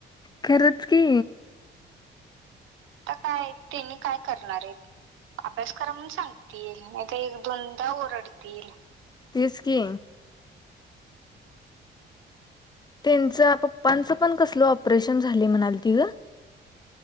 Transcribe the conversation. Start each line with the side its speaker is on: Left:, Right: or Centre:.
Left: खरंच की
Right: आता काय त्यांनी काय करणार आहेत अभ्यास करा म्हणून सांगतील नाही तर एक दोनदा ओरडतील.
Left: तेच की त्यांच पप्पांच पण कसलं ऑपरेशन झाली म्हणालती की ग